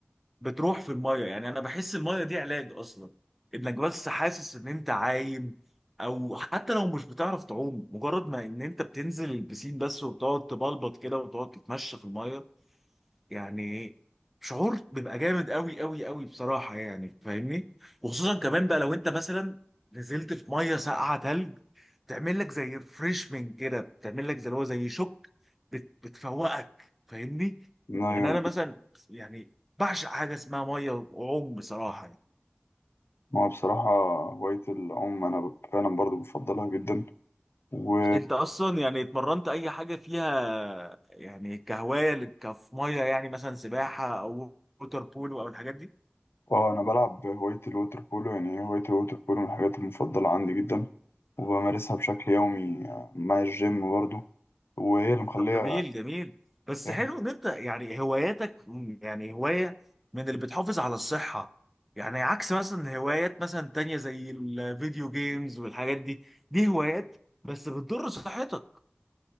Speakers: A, in the centre; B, on the left.
A: بتروح في الميه يعني انا بحس الميه دي علاج اصلا انك بس حاسس ان انت عايم او حتى لو مش بتعرف تعوم مجرد ما ان انت بتنزل البسين بس وبتقعد تبلبط كده وتقعد تتمشى في الميه يعني شعور بيبقى جامد قوي قوي قوي بصراحة يعني فاهمني وخصوصا كمان بقى لو انت مثلا نزلت في مية ساقعة تلج تعمل لك زي ريفريشمنت كده بتعمل لك زي اللي هو زي شوك بت بتفوقك فاهمني
B: لا،
A: يعني
B: يا-
A: انا مثلا يعني بعشق حاجة اسمها مية وعوم بصراحة يعني.
B: ما هو بصراحة هواية العوم أنا فعلا برضو بفضلها جدا و
A: انت اصلا يعني اتمرنت اي حاجة فيها يعني كهواية لك- كف مية يعني مثلا سباحة او ووتر بولو او الحاجات دي
B: اه أنا بلعب هواية الووتر بولو يعني هواية الووتر بولو من الحاجات المفضلة عندي جدا وبمارسها بشكل يومي مع الجيم برضو وهي اللي مخلية
A: طب جميل جميل بس
B: يعني
A: حلو ان انت يعني هواياتك م- يعني هواية من اللي بتحافظ على الصحة يعني عكس مثلا هوايات مثلا تانية زي الفيديو جيمز والحاجات دي دي هوايات بس بتضر صحتك